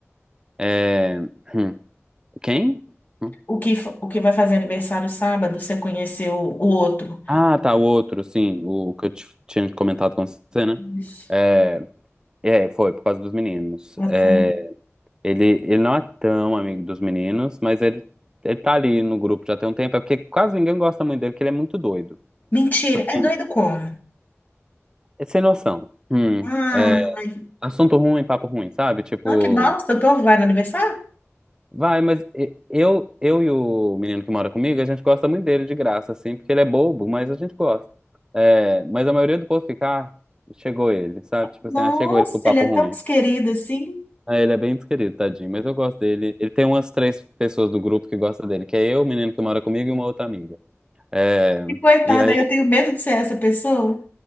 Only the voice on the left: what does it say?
O que, fa- o que vai fazer aniversário sábado, você conheceu o outro?
Isso.
Bota
fé.
Mentira,
é doido como?
Ah,
ai,
não, que bosta, o povo vai no aniversário?
Nossa,
ele é
tão desquerido assim.
E, Coitada,
eu tenho medo de ser essa pessoa.